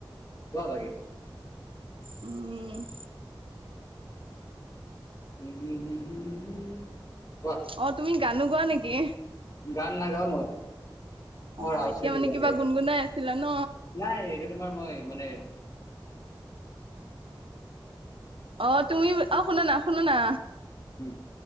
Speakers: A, on the left; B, on the right.
A: কোৱা বাগি
B: উম
A: <unintelligible> কোৱা
B: অ তুমি গানো গোৱা নেকি
A: গান নাগাওঁ মই মই
B: অ
A: ৰাউচি
B: এতিয়া
A: দুৰ্গা
B: মানে কিবা
A: দিয়া
B: গুণগুণাই আছিলা ন
A: নাই এইটো তোমাৰ মই মানে উ
B: অ তুমি অ শুনা না শুনা না
A: উম।